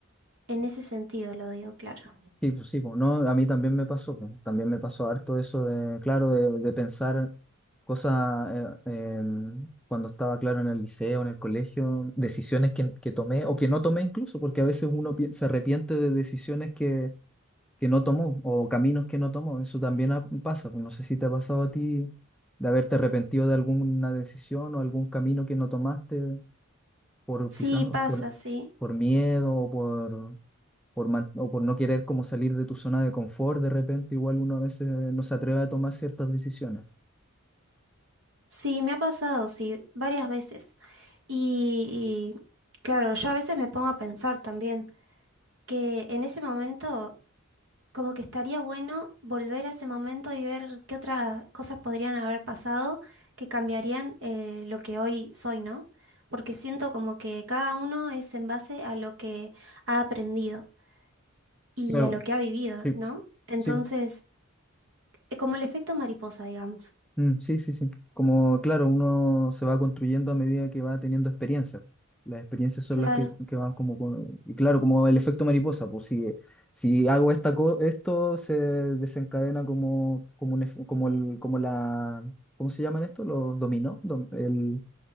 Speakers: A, on the right; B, in the centre.
A: En ese sentido lo digo, claro.
B: Sí, pues sí, pues no, a mí también me pasó, pues, también me pasó harto eso de, claro, de, de pensar cosas eh, em, cuando estaba, claro, en el liceo, en el colegio, decisiones que, que tomé o que no tomé incluso, porque a veces uno pi- se arrepiente de decisiones que que no tomó o caminos que no tomó. Eso también ha- pasa. pues, No sé si te ha pasado a ti de haberte arrepentido de alguna decisión o algún camino que no tomaste por
A: Sí,
B: quizás
A: pasa,
B: por,
A: sí.
B: por miedo o por, por, man- o por no querer como salir de tu zona de confort. De repente igual uno a veces no se atreve a tomar ciertas decisiones.
A: Sí, me ha pasado, sí, varias veces. Y, y, claro, yo a veces me pongo a pensar también que en ese momento como que estaría bueno volver a ese momento y ver qué otras cosas podrían haber pasado que cambiarían eh, lo que hoy soy, ¿no? Porque siento como que cada uno es en base a lo que ha aprendido y
B: Claro,
A: a lo que ha vivido,
B: sí,
A: ¿no? Entonces,
B: sí.
A: eh, como el efecto mariposa, digamos.
B: Mm, sí, sí, sí. Como, claro, uno se va construyendo a medida que va teniendo experiencia. Las experiencias son
A: Claro,
B: las que, que van como con- Y claro, como el efecto mariposa, pues si, si hago esta co- esto, se desencadena como, como, un, ef- como, el, como la... ¿Cómo se llaman esto? Los dominó. dom- el,